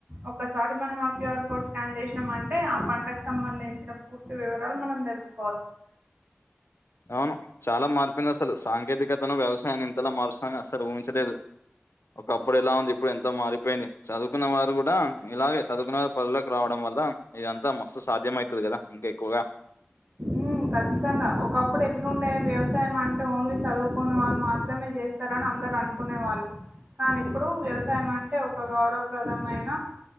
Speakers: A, on the right; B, on the left.
A: ఒక్కసారి మనం ఆ క్యూఆర్ కోడ్ స్కాన్ చేసినాం అంటే ఆ పంటకు సంబంధించిన పూర్తి వివరాలు మనం తెలుసు
B: అవును చాలా మారిపెంది అసలు సాంకేతిక వేతను వ్యవసాయాన్ని ఇంతలా మారుస్తుని అస్సలు ఊహించలేదు ఒకప్పుడు ఎలా ఉంది ఇప్పుడు ఎంతో మారిపోయింది చదువుకున్న వారు కూడా ఇలాగే చదువుకున్న వారు పల్లోకి రావడం వల్ల ఇదంతా మస్తు సాధ్యమవుతది కదా ఇంకా ఎక్కువగా
A: ఉమ్ ఖచ్చితంగా ఒకప్పుడు ఎట్ల ఉండే వ్యవసాయం అంటే ఓన్లీ చదువుకోని వాళ్ళు మాత్రమే చేస్తార అని అందరు అనుకునే వాళ్ళు కానీ ఇప్పుడు వ్యవసాయం అంటే ఒక గౌరవప్రదమైన